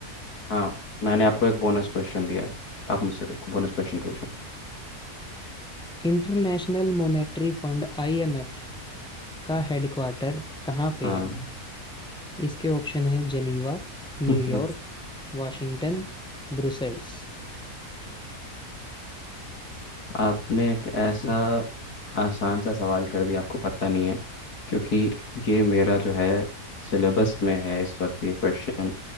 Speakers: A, on the left (about 90°); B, in the centre.
A: हाँ मैंने आपको एक बोनस क्वेश्चन दिया आप मुझसे बोनस क्वेश्चन पूछो
B: इंटरनेशनल मॉनेटरी फंड आईएमएफ का हेडक्वार्टर कहाँ पे
A: हाँ
B: है इसके ऑप्शन है जेनीवा न्यूयॉर्क
A: <laughs>
B: वाशिंगटन ब्रुसेल्स
A: आपने एक ऐसा आसान सा सवाल कर दिया आपको पता नहीं है क्योंकि ये मेरा जो है सिलेबस में है इस वक्त ये क्वेश्चन